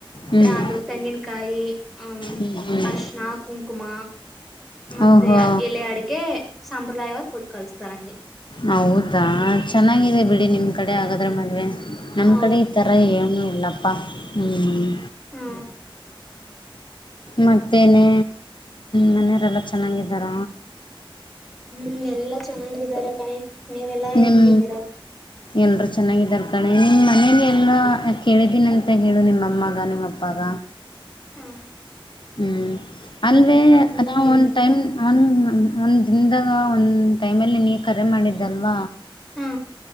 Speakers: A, on the left (about 60°); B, in the centre.
A: ಹ್ಮ್ ಹ್ಮ್
B: ಅದು ತೆಂಗಿನಕಾಯಿ ಅಂ
A: ಹ್ಮ್ ಹ್ಮ್
B: ಹರಿಶಿನ ಕುಂಕುಮ ಮತ್ತೆ
A: ಓಹೋ
B: ಎಲೆ ಅಡಿಕೆ ಸಂಪ್ರದಾಯವಾಗ ಕೊಟ್ಟು ಕಳಸ್ತಾರಂಗೆ.
A: ಹೌದಾ ಚೆನ್ನಾಗಿದೆ ಬಿಡಿ ನಿಮ್ ಕಡೆ ಆಗಾದ್ರೆ ಮದುವೆ ನಮ್
B: ಹೌ
A: ಕಡೆ ಈ ತರ ಏನೂ ಇಲ್ಲಪ್ಪಾ ಹ್ಮ್
B: ಹ್ಮ
A: ಮತ್ತೇನೇ ಮನೆಯವರೆಲ್ಲ ಚೆನ್ನಾಗಿದ್ದಾರ?
B: ಹ್ಮ್ ಎಲ್ಲಾ ಚೆನ್ನಾಗಿದ್ದಾರೆ ನೀವೆಲ್ಲಾ ಹೆಂಗಿದ್ದೀರಾ?
A: ನಿಮ್ಮ ಎಲ್ಲರೂ ಚೆನ್ನಾಗಿದ್ದಾರೆ ಕಣೆ. ನಿಮ್ಮ ಮನಗೆ ಎಲ್ಲ ಕೇಳಿದ್ದೀನಿ ಅಂತ ಹೇಳು, ನಿಮ್ಮಮ್ಮಾಗ, ನಿಮ್ಮ ಅಪ್ಪಾಗ.
B: ಹಾ
A: ಹ್ಮ್ ಅಲ್ವೇ
B: ಹೇಳ್ತೀನಿ
A: ಅದ್ನ ಒಂದು
B: ಹೇಳ್ತೀನಿ
A: ಟೈಮ್ ನಾನು ಒಂದು ದಿನದಾಗ, ಒಂದು ಟೈಮಲ್ಲಿ ನೀ ಕರೆ ಮಾಡಿದ್ದಲ್ವ
B: ಹಾ